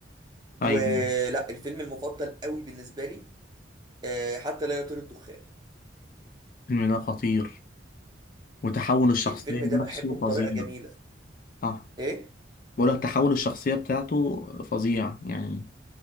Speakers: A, on the left; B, on the right.
A: ايوه
B: ولا الفيلم المفضل قوي بالنسبه لي آه حتى لا يطير الدخان
A: الفيلم ده خطير وتحول الشخصية
B: الفيلم ده
A: نفسه
B: بحبه بطريقه
A: فظيع
B: جميله
A: صح
B: ايه
A: بقول لك تحول الشخصية بتاعته فظيع يعني